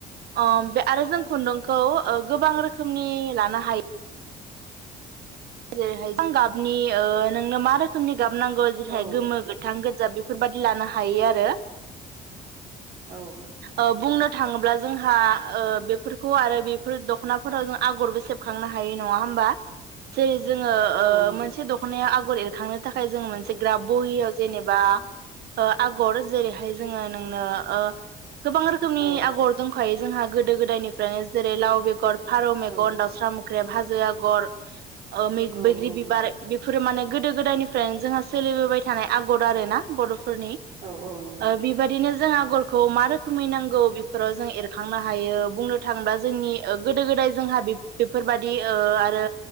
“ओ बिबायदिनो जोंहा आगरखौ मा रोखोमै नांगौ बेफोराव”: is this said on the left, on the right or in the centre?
Right